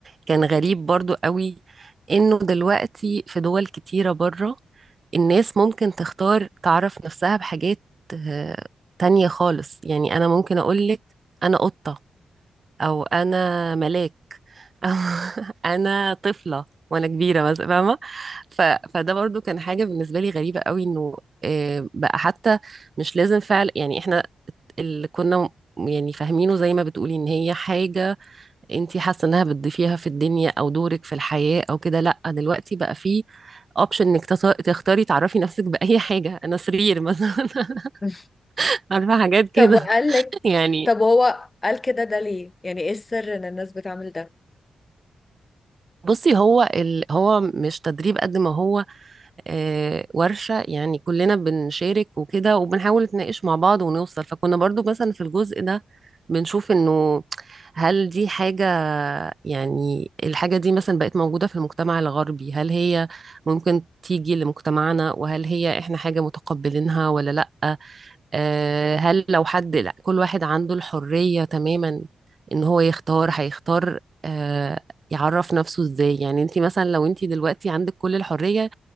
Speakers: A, on the right; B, on the left.
A: كان غريب برضو قوي انه دلوقتي في دول كتيرة بره الناس ممكن تختار تعرف نفسها بحاجات آه، تانية خالص يعني أنا ممكن أقولك أنا قطة أو أنا ملاك أو <laughs> أنا طفلة وأنا كبيرة مثلا فاهمة ف... فده برضو كان حاجة بالنسبة لي غريبة قوي إنه آه، بقى حتى مش لازم فعل يعني إحنا اللي كنا م- يعني فاهمينه زي ما بتقولي إن هي حاجة انتي حاسه انها بتضيفيها في الدنيا او دورك في الحياه او كده لا دلوقتي بقى في اوبشن انك تط- تختاري تعرفي نفسك باي حاجه انا سرير مثلا <laughs>
B: <laughs>
A: عارفه حاجات كده
B: طب وقال لك
A: يعني
B: طب هو قال كده ده ليه يعني ايه السر ان الناس بتعمل ده
A: بصي هو ال... هو مش تدريب قد ما هو آه، ورشة يعني كلنا بنشارك وكده وبنحاول نتناقش مع بعض ونوصل فكنا برضو مثلا في الجزء ده بنشوف انه هل دي حاجة يعني الحاجة دي مثلا بقت موجودة في المجتمع الغربي هل هي ممكن تيجي لمجتمعنا وهل هي احنا حاجة متقبلينها ولا لأ آه، هل لو حد لا كل واحد عنده الحرية تماما ان هو يختار هيختار آه، يعرف نفسه ازاي يعني انت مثلا لو انت دلوقتي عندك كل الحرية